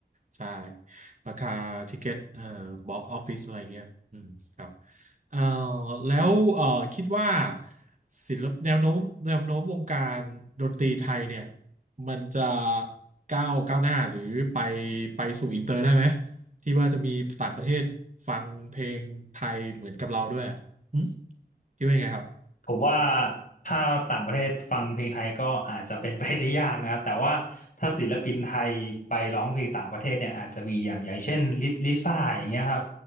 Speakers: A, on the right; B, on the left.
A: ใช่ราคาทิเก็ตเอ่อบ็อกออฟฟิศอะไรเงี้ยอืมครับเอ่อแล้วเอ่อคิดว่าศิลปแนวโน้มแนวโน้มวงการดนตรีไทยเนี่ยมันจะก้าวก้าวหน้าหรือไปไปสู่อินเตอร์ได้ไหมที่ว่าจะมีต่างประเทศฟังเพลงไทยเหมือนกับเราด้วยอ่ะหึคิดว่ายังไงครับ
B: ผมว่าถ้าต่างประเทศฟังเพลงไทยก็อาจจะเป็นไปได้ยากนะครับ <laughs> แต่ว่าถ้าศิลปินไทยไปร้องเพลงต่างประเทศเนี่ยอาจจะมีอย่างอย่างเช่นลิลิซ่าอย่างเงี้ยครับ